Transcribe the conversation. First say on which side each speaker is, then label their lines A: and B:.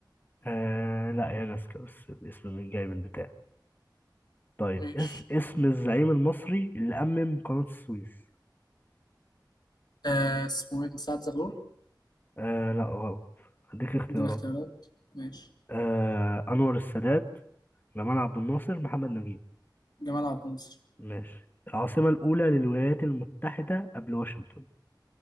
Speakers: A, on the left (about 25°); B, on the left (about 60°).
A: آه لا هي نازكا بس الاسم من جاي من بتاع طيب
B: ماشي
A: اس اسم الزعيم المصري اللي أمم قناة السويس
B: آه اسمه ايه ده سعد زغلول
A: آه لا غلط هديك اختيارات
B: اديني اختيارات ماشي
A: آه أنور السادات جمال عبد الناصر محمد نجيب
B: جمال عبد الناصر
A: ماشي العاصمة الأولى للولايات المتحدة قبل واشنطن